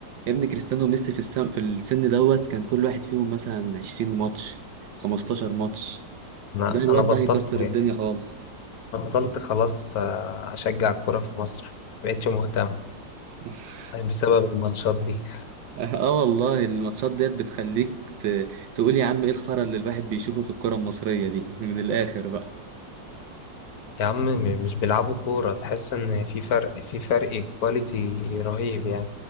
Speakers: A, on the right; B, on the left.
A: يا ابني كريستيانو وميسي في السن في السن دوت كان كل واحد فيهم مثلا 20 ماتش 15 ماتش
B: انا
A: ده الواد
B: انا بطلت
A: ده هيكسر الدنيا خالص
B: بطلت خلاص آه، اشجع الكوره في مصر مبقتش مهتم
A: <laughs>
B: طيب، بسبب الماتشات دي
A: اه والله الماتشات ديت بتخليك ت... تقول يا عم ايه الخرا اللي الواحد بيشوفه في الكرة المصرية دي <laughs> من الآخر بقى
B: يا عم م- مش بيلعبوا كوره تحس ان في فرق في فرق كواليتي رهيب يعني